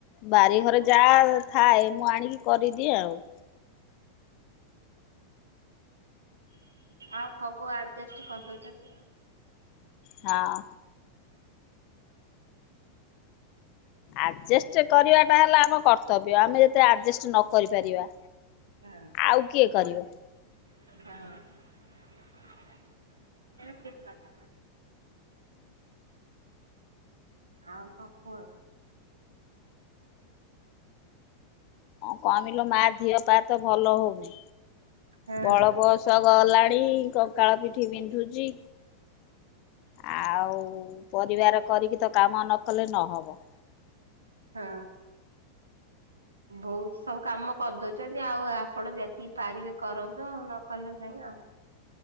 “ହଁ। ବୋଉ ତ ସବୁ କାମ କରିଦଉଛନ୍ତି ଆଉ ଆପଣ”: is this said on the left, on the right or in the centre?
Right